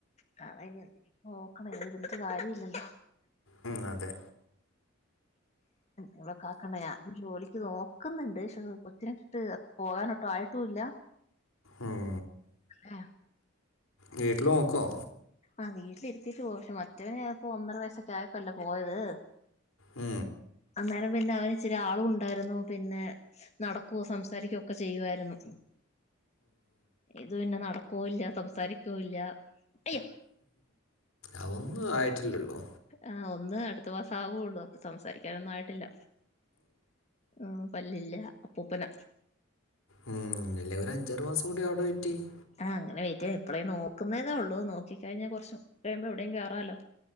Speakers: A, on the left; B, on the left.
A: കറയിനി നോക്കണ വിടെരുന്നിട്ട് കാര്യയില്ലല്ലോ
B: ഉം, അതെ
A: ഇടെൊ കൊക്കണ്ട ഞാനും ജോലിക്ക് നോക്കുന്നുണ്ട് പക്ഷെ കൊച്ചിനെട്ടിട്ട് പോകാനൊട്ടും ആയിട്ടും ഇല്ല
B: ഉം
A: ആ
B: വീട്ടില് നോക്കുവോ
A: ആ വീട്ടിലിരുത്തിട്ട് പോ പക്ഷെ മറ്റവന് ഇപ്പോ ഒന്നര വയസ്സൊക്കെ ആയപ്പല്ലേ പോയത്
B: ഉം
A: അന്നേരം പിന്നെ അവന് ചില ആളും ഉണ്ടായിരുന്നു. പിന്നെ നടക്കുവോ സംസാരിക്കുവോ ഒക്കെ ചെയ്യുവായിരുന്നു ഇത് പിന്നെ നട <unintelligible> സംസാരിക്കൂല്ല അയ്യോ
B: അതൊന്നും ആയിട്ടില്ലള്ളോ
A: ആ ഒന്ന് അടുത്ത മാസ ആകുള്ളൂ അപ്പൊ സംസാരിക്കാനൊന്നും ആയിട്ടില്ല ഉം പല്ലില്ല അപ്പൂപ്പന
B: ഉം അല്ല ഒരു അഞ്ചാറ് മാസം കൂടി അവിടെ വെയ്റ്റ് ചെയ്യ്
A: ആ അങ്ങനെ വെയ്റ്റ് ഇപ്പളേ നോക്കുന്നേതേ ഉള്ളൂ നോക്കി കഴിഞ്ഞ കൊറച്ചു കഴിയുമ്പോ എവിടേയും കേയറാലോ